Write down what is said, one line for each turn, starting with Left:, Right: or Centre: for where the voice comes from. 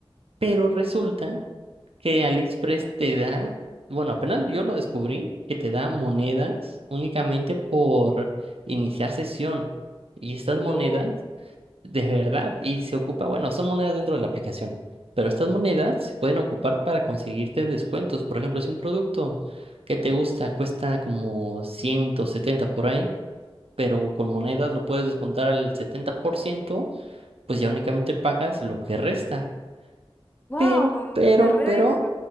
Right: Pero resulta que AliExpress te da, bueno, apenas yo lo descubrí, que te da monedas únicamente por iniciar sesión. Y estas
Left: ¡Eh!
Right: monedas de verdad, y se ocupa, bueno, son monedas dentro de la aplicación, pero estas monedas se pueden ocupar para conseguirte descuentos. Por ejemplo, si un producto que te gusta cuesta como 170 por ahí, pero con monedas lo puedes descontar al setenta por ciento pues ya únicamente pagas lo que resta.
Left: ¡Wow!
Right: Pero, pero,
Left: Te redeja.
Right: pero,